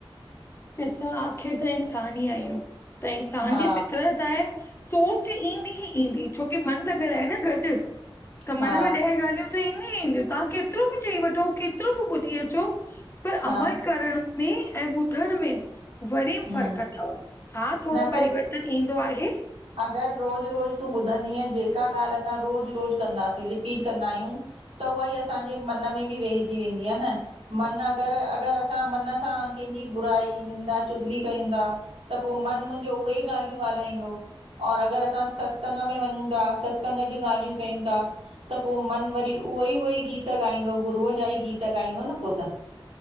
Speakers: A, on the left; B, on the right.
A: ॾिसां आख़िर त इंसानु ई आहियूं त इंसानु
B: हा
A: जी फितरतु त सोच ईंदी ही ईंदी छोकी मन लॻल आहे न गॾु। त
B: हा
A: मन में ॾह ॻाल्हियूं त ईंदिय ई ईंदियूं तव्हां केतिरो बि चई वठो केतिरो बि ॿुधी अचो। पर
B: हा
A: अमल करण में ऐं ॿुधण में वरी
B: हम्म
A: फ़र्क़ु अथव हा थोरो
B: न त
A: परिवर्तन ईंदो आहे।
B: अगरि रोज़ु रोज़ु तूं ॿुधंदीअ जेका ॻाल्हि असां रोज़ु रोज़ु कंदासीं रिपीट कंदा आहियूं। त उहा ई असांजे मन में बि वेहिजी वेंदी आहे न मन अगरि अगरि असां मन सां कंहिंजी बुराई निंंदा चुगली कयूं था। त पो मन मुंहिंजो उहे ई ॻाल्हियूं ॻाल्हाईंदो। और अगरि असां सत्संग में वञूं था सत्संग जूं ॻाल्हियूं कयूं था। त पो मन वरी उहो ई उहो ई गीत ॻाईंदो गुरूअ जा ई गीत ॻाईंदो न पो त